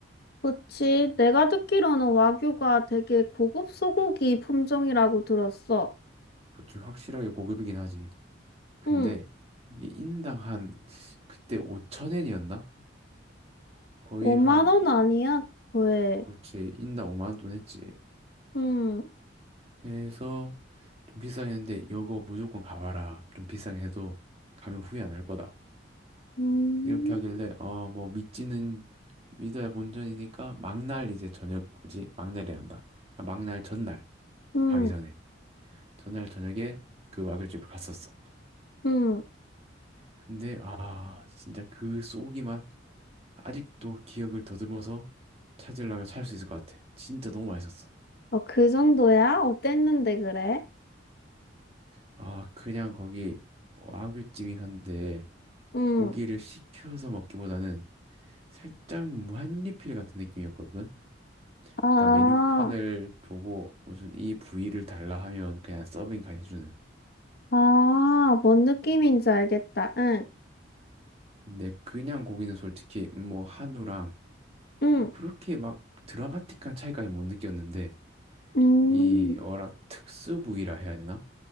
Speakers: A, on the left; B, on the right.
A: 그치. 내가 듣기로는 와규가 되게 고급 소고기 품종이라고 들었어.
B: 그좀 확실하게 고급이긴 하지. 근데
A: 응.
B: 이게 인당 한 그때 5천엔이었나 거의
A: 5만
B: 한,
A: 원
B: 오-
A: 아니야? 왜?
B: 그렇지, 인당 5만 원 돈 했지.
A: 응.
B: 해서 좀 비싸긴 했는데, 이거 무조건 가봐라. 좀 비싸긴 해도 가면 후회 안 할 거다.
A: 음.
B: 이렇게 하길래, 어, 뭐, 믿지는, 믿어야 본전이니까, 막날 이제 저녁, 뭐지? 막날이란다. 그러니까 막날 전날,
A: 응.
B: 가기 전에. 전날 저녁에 그 와글집을 갔었어.
A: 응.
B: 근데, 아, 진짜 그 쏘기만 아직도 기억을 더듬어서 찾으려면 찾을 수 있을 것 같아. 진짜 너무 맛있었어.
A: 어, 그 정도야? 어땠는데 그래?
B: 아, 그냥 거기 와규찜이 한데
A: 응.
B: 고기를 시켜서 먹기보다는 살짝 무한리필 같은 느낌이었거든.
A: 아,
B: 그러니까 메뉴판을 보고 무슨 이 부위를 달라 하면 그냥 서빙까지 해주는.
A: 아, 뭔 느낌인지 알겠다. 응.
B: 근데 그냥 고기는 솔직히 뭐 한우랑
A: 응.
B: 뭐 그렇게 막 드라마틱한 차이까지 못 느꼈는데
A: 음.
B: 이 어라 특수 부위라 해야 되나?